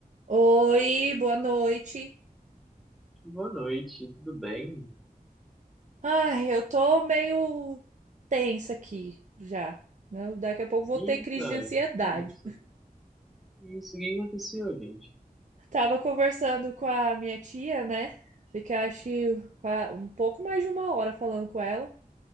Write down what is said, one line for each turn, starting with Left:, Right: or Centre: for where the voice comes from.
Right: Oi, boa noite.
Centre: Boa noite, tudo bem?
Right: Ai, eu tô meio tensa aqui já. né? Daqui a pouco vou
Centre: Eita,
Right: ter crise de ansiedade.
Centre: que isso? Que isso? O que aconteceu, gente?
Right: Tava conversando com a minha tia, né? Fiquei, acho que qua- um pouco mais de uma hora falando com ela.